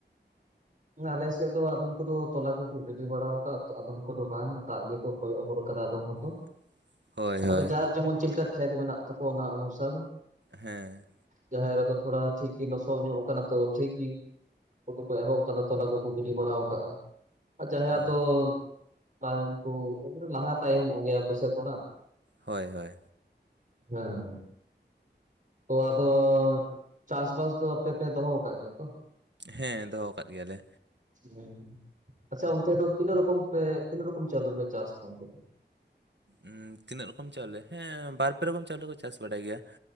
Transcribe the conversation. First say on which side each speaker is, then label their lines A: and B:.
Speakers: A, on the right; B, on the right.
A: ᱟᱞᱮ ᱥᱮᱫ ᱫᱚ ᱟᱫᱚᱢ ᱠᱚᱫᱚ ᱛᱚᱞᱟ ᱠᱚᱠᱚ ᱜᱤᱰᱤ ᱵᱟᱲᱟ ᱣᱟᱠᱟᱜᱟ ᱟᱫᱚᱢ ᱠᱚᱫᱚ ᱵᱟᱝ ᱫᱟᱜ ᱜᱮ ᱠᱚ ᱠᱚᱭᱚᱜ ᱦᱚᱨ ᱟᱠᱟᱫᱟ ᱟᱫᱟᱢ ᱦᱚᱲ ᱫᱚ
B: <unintelligible>
A: ᱟᱫᱚ
B: ᱦᱳᱭ
A: ᱡᱟᱨ ᱡᱮᱢᱚᱱ ᱪᱮᱫ ᱞᱮᱠᱟ ᱠᱷᱮᱛ ᱢᱮᱱᱟᱜ ᱛᱚᱠᱚ ᱚᱱᱟ ᱚᱱᱩᱥᱟᱨ
B: ᱦᱮᱸ
A: ᱡᱟᱦᱮᱨ ᱨᱮᱫᱚ ᱛᱷᱚᱲᱟ ᱴᱷᱤᱠ ᱜᱤ ᱞᱚᱥᱚᱜ ᱧᱚᱜ ᱟᱠᱟᱱᱟ ᱛᱚ ᱴᱷᱤᱠ ᱜᱤ ᱩᱱᱠᱩ ᱠᱚ ᱮᱦᱚᱵ ᱟᱫᱚ ᱛᱚᱞᱟ ᱠᱚᱠᱚ ᱜᱤᱰᱤ ᱵᱟᱲᱟ ᱣᱟᱩᱠᱟᱜᱼᱟ ᱟᱨ ᱡᱟᱦᱟᱸᱭᱟᱜ
B: ᱦᱮᱸ,
A: ᱫᱚ ᱛᱟᱭᱚᱢ ᱠᱚ ᱩᱱᱠᱩ ᱫᱚ ᱞᱟᱦᱟ ᱛᱟᱭᱚᱢᱚᱜ ᱜᱮᱭᱟ ᱠᱚ ᱥᱮ ᱛᱷᱚᱲᱟ᱾
B: ᱦᱳᱭ ᱦᱳᱭ
A: ᱦᱮᱸ ᱛᱚ ᱟᱫᱚ ᱪᱟᱥ ᱵᱟᱥ ᱫᱚ ᱟᱯᱮ ᱯᱮ ᱫᱚᱦᱚ ᱠᱟᱜ ᱜᱮᱭᱟ ᱛᱚ
B: ᱦᱮᱸ ᱫᱚᱦᱚ ᱠᱟᱫ ᱜᱮᱭᱟᱞᱮ᱾
A: ᱦᱮᱸ ᱟᱪᱪᱷᱟ ᱚᱱᱛᱮ ᱫᱚ ᱛᱤᱱᱟᱹᱜ ᱨᱚᱠᱚᱢ ᱯᱮ ᱛᱤᱱᱟᱹᱜ ᱨᱚᱠᱚᱢ ᱪᱟᱣᱞ ᱫᱚ ᱯᱮ ᱪᱟᱥ ᱚᱱᱛᱮ ᱫᱚ
B: ᱩ ᱛᱤᱹᱱᱟᱜ ᱨᱚᱠᱚᱢ ᱪᱟᱣᱞᱮ ᱦᱮᱸ ᱵᱟᱨ ᱯᱮ ᱨᱚᱠᱚᱢ ᱪᱟᱣᱞᱮ ᱠᱚ ᱪᱟᱥ ᱵᱟᱲᱟᱭ ᱜᱮᱭᱟ᱾